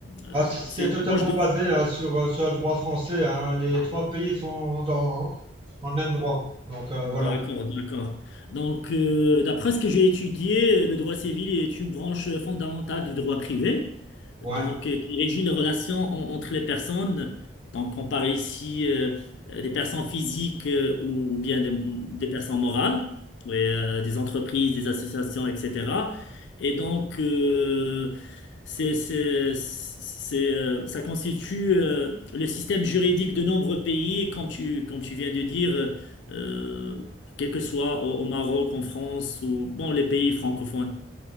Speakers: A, on the left; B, on the right.
A: euh,
B: Ah, c- c'est
A: c'est une
B: totalement
A: branche de...
B: basé hein, sur, euh, sur le droit français. hein. Les trois pays sont dans, hein, dans le même droit. Donc euh,
A: D'accord,
B: voilà.
A: d'accord. Donc, euh, d'après ce que j'ai étudié, le droit civil est une branche fondamentale du droit privé, donc
B: Ouais.
A: euh, qui régit les relations en- entre les personnes. Donc, on parle ici euh, des personnes physiques euh, ou, ou bien des, des personnes morales, et, euh, des entreprises, des associations, etc. Et donc, euh, c'est, c'est- c'est, euh, ça constitue euh, le système juridique de nombreux pays, comme tu, comme tu viens de dire euh, quel que soit au, au Maroc, en France ou bon, les pays francophones.